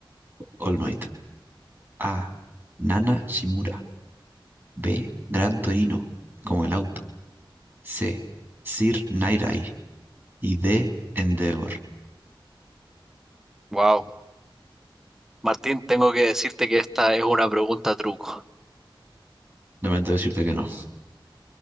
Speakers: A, on the right; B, in the centre.
A: All Might? A. Nana Shimura. B. Gran Torino, como el auto. C. Sir Nairai. Y D. Endeavor.
B: Wow. Martín, tengo que decirte que esta es una pregunta truco.
A: Lamento decirte que no.